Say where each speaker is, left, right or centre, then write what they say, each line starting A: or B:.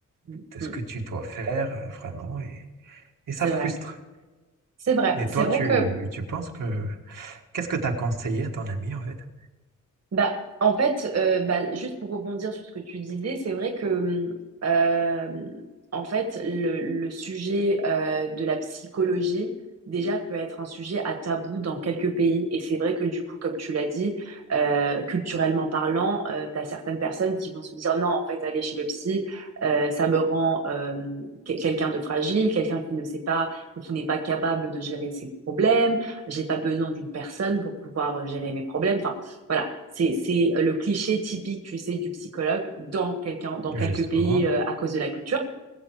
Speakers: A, on the right; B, on the right.
A: mm,
B: de ce
A: mm.
B: que tu dois faire, euh, vraiment. Et, et
A: C'est
B: ça frustre.
A: vrai. C'est vrai.
B: Et
A: C'est
B: toi,
A: vrai
B: tu,
A: que
B: tu penses que... Qu'est-ce que tu as conseillé à ton ami, en fait?
A: Bah, en fait, euh, bah, juste pour rebondir sur ce que tu disais, c'est vrai que, euh, en fait, le, le sujet euh, de la psychologie, déjà, peut être un sujet à tabou dans quelques pays. Et c'est vrai que, du coup, comme tu l'as dit, euh, culturellement parlant, euh, tu as certaines personnes qui vont se dire, non, en fait, aller chez le psy, euh, ça me rend euh, que- quelqu'un de fragile, quelqu'un qui ne sait pas ou qui n'est pas capable de gérer ses problèmes. J'ai pas besoin d'une personne pour pouvoir euh, gérer mes problèmes. Enfin, voilà, c'est c'est le cliché typique, tu sais, du psychologue dans quelqu'un dans
B: Justement.
A: quelques pays euh, à cause de la culture.